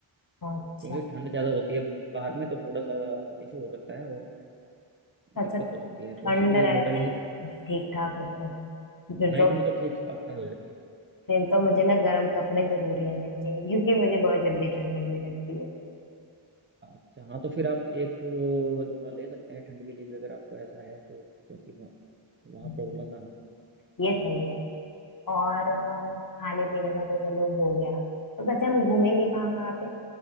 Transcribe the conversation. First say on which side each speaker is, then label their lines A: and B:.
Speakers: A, on the left; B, on the right.
A: अच्छा
B: क्योंकि ठंड ज़्यादा होती है बाहर में तो थोड़ा सा इशू हो सकता है और
A: अच्छा
B: दिक्कत हो सकती है
A: ठंड
B: तो इसलिए
A: रहती
B: होटल ही करें
A: ठीक ठाक मतलब फिर
B: नाइट
A: तो
B: में तो ठीक ठाक ठंड हो जाती है
A: फिर तो मुझे ना गर्म कपड़े जरूर लेने चाहिए क्योंकि मुझे बहुत जल्दी ठंड लगने लगती है
B: अच्छा हाँ तो फिर आप एक जोड़ा ले सकते हैं ठंड के लिए भी अगर आपको ऐसा है तो क्योंकि वह- वहाँ
A: हम्म,
B: प्रॉब्लम ना हो
A: ये सही है और अ, खाने पीने का तो चलो हो गया तो वैसे हम घूमेंगे कहाँ कहाँ पे